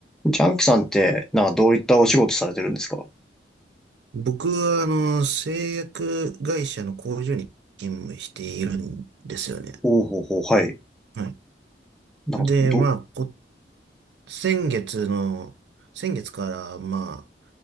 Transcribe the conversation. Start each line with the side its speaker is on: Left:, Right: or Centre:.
Centre: ジャンキさんって、なんかどういったお仕事されてるんですか
Right: 僕は、あの、製薬会社の工場に勤務しているんですよね。
Centre: おうほうほう、はい。
Right: はい。
Centre: なんか、
Right: で、
Centre: ど、
Right: まあ、こ、先月の、先月から、ま